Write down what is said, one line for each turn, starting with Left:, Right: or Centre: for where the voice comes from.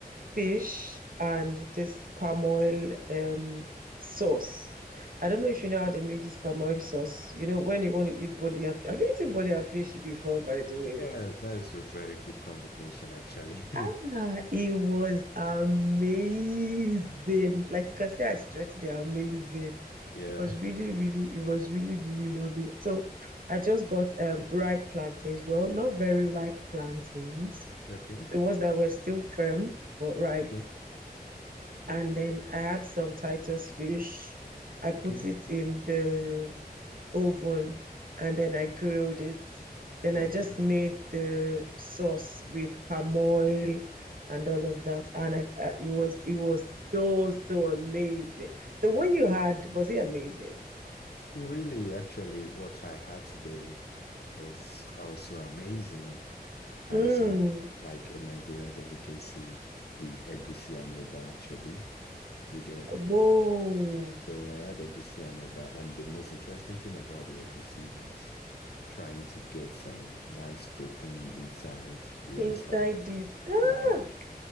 Right: fish and this palm oil um sauce. I don't know if you know how they make this palm oil sauce. You know, when you want to eat boli and f- have you eaten boli and fish before, by the way?
Left: Yeah, that's a very good combination, actually.
Right: Ah,
Left: <laughs>
Right: it was amazing. Like you can say I stretched the amazing.
Left: Yeah.
Right: It was really, really, it was really, really lovely. So I just got um ripe plantains. Well, not very ripe plantains.
Left: Okay.
Right: The ones that were still firm but ripe.
Left: Okay.
Right: And then I had some Titus fish. I
Left: Okay.
Right: put it in the oven and then I grilled it. Then
Left: Okay.
Right: I just made the sauce with palm oil and all of that. And I, I, it was it was so, so amazing. The one you had, was it amazing?
Left: Really, actually, what I had today was also amazing. I
Right: Mm,
Left: also had like a Nigerian delicacy, the egusi and eba, actually. You get
Right: whoa,
Left: so I had egusi and eba, and the most interesting thing about the egusi is trying to get some nice protein inside. You
Right: inside
Left: understand?
Right: it. Ah,
Left: Like